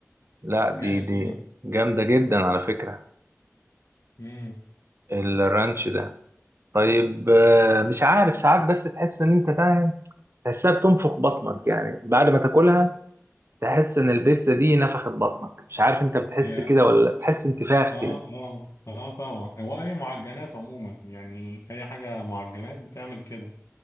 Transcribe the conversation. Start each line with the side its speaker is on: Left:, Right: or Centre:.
Right: لا دي
Left: جامد
Right: دي
Left: جدا
Right: جامدة جدا على فكرة
Left: امم
Right: الرانش ده طيب آه، مش عارف ساعات بس تحس ان انت فاهم تحسها بتنفخ بطنك يعني بعد ما تاكلها تحس ان البيتزا دي نفخت بطنك مش عارف انت بتحس
Left: هي
Right: كده
Left: اه
Right: ولا بتحس انتفاخ
Left: اه
Right: كده
Left: اه آه، طبعا هو اي معجنات عموما يعني اي حاجه معجنات بتعمل كده